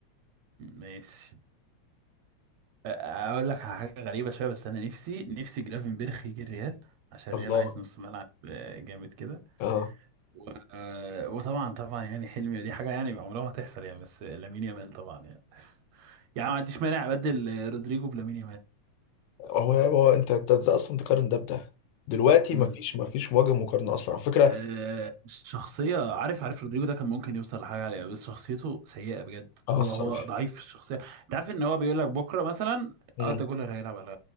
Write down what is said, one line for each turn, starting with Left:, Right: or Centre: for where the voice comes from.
Right: ماشي أ- اقول لك على حاجة غريبة شوية بس انا نفسي نفسي جرافنبرخ يجي الريال عشان
Left: الله
Right: الريال عايز نص ملعب آه، جامد كده
Left: اه
Right: و- آه، وطبعا طبعا يعني حلمي دي حاجة يعني عمرها ما تحصل يعني بس لامين يامال طبعا يعني <laughs> يعني ما عنديش مانع ابدل رودريجو بلامين
Left: هو هو انت انت ازاي اصلا تقارن ده بده دلوقتي
Right: يامال
Left: مفيش مفيش وجه مقارنه اصلا على فكره
Right: آه، الشخصية عارف عارف رودريجو ده كان ممكن يوصل لحاجة عليها بس شخصيته سيئة بجد
Left: اه
Right: هو
Left: الصراحه
Right: هو ضعيف في الشخصية انت عارف ان هو بيقول لك بكرة مثلا
Left: امم
Right: اردا جولر هيلعب على